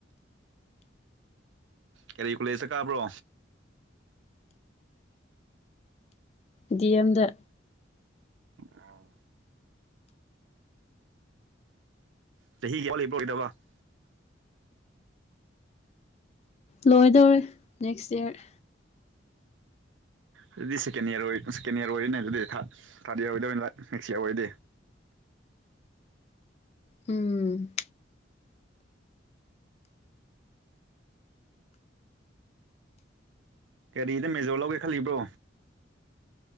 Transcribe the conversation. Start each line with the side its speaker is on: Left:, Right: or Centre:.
Right: ꯀꯔꯤ ꯀꯨꯂꯦꯖꯇ ꯀꯥꯕ꯭ꯔꯣ
Left: ꯗꯤ ꯑꯦꯝꯗ
Right: ꯑꯝ <unintelligible>
Left: ꯂꯣꯏꯗꯧꯔꯦ ꯅꯦꯛꯁ ꯏꯌꯥꯔ
Right: ꯑꯗꯨꯗꯤ ꯁꯦꯀꯦꯟ ꯏꯌꯔ ꯑꯣꯏ ꯁꯦꯀꯦꯟ ꯏꯌꯔ ꯑꯣꯏꯔꯤꯅꯦ ꯑꯗꯨꯗꯤ ꯊꯥ ꯊꯥꯔꯗ ꯏꯌꯔ ꯑꯣꯏꯗꯣꯏ ꯂꯥꯏꯛ ꯅꯦꯛꯁ ꯏꯌꯔ ꯑꯣꯏꯔꯗꯤ
Left: ꯎꯝ
Right: ꯀꯔꯤꯗ ꯃꯦꯖꯣꯔ ꯂꯧꯒꯦ ꯈꯜꯂꯤꯕ꯭ꯔꯣ